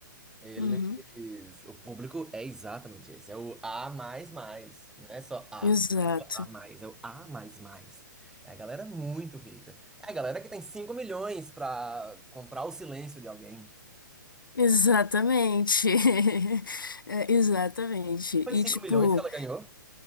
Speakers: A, in the centre; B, on the left.
A: eles,
B: Uhum.
A: o público é exatamente esse, é o A mais mais, não é só A,
B: Exato.
A: não é só A mais, é o A mais mais. É a galera muito rica. É a galera que tem 5 milhões para comprar o silêncio de alguém.
B: Exatamente. <laughs> É, exatamente.
A: Foi
B: E
A: cinco
B: tipo,
A: milhões que ela ganhou?